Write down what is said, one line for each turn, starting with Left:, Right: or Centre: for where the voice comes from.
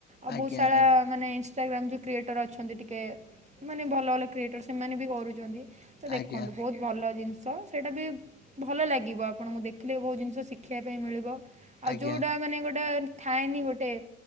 Right: ଅ ବହୁଶାରା
Left: ଆଜ୍ଞା ଆଜ୍ଞା
Right: ମାନେ ଇନଷ୍ଟାଗ୍ରାମ୍ ଯେଉଁ କ୍ରିଏଟର୍ ଅଛନ୍ତି ଟିକେ ମାନେ ଭଲ ଭଲ କ୍ରିଏଟର୍ ସେମାନେ ବି କରୁଛନ୍ତି। ତ ଦେଖନ୍ତୁ
Left: ଆଜ୍ଞା
Right: ବହୁତ ଭଲ ଜିନିଷ ସେଇଟା ବି ଭଲ ଲାଗିବ ଆପଣଙ୍କୁ ଦେଖିଲେ ବହୁତ ଜିନିଷ ଶିଖ ଶିଖିବା ପାଇଁ ମିଳିବ ଆଉ
Left: ଆଜ୍ଞା
Right: ଯେଉଁଟା ମାନେ ଗୋଟେ ଥାଏନି ଗୋଟେ